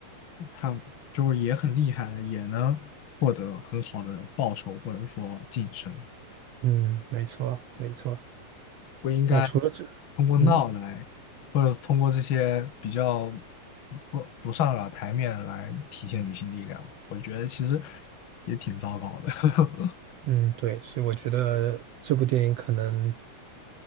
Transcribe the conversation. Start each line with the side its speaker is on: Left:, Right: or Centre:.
Left: 她就是也很厉害的，也能获得很好的报酬或者说晋升，
Right: 嗯，没错没错。
Left: 不应该
Right: 那除了这，
Left: 通过闹来，
Right: 嗯。
Left: 或者通过这些比较不不上了台面来体现女性力量嘛。我觉得其实也挺糟糕的。<laughs>
Right: 嗯，对，所以我觉得这部电影可能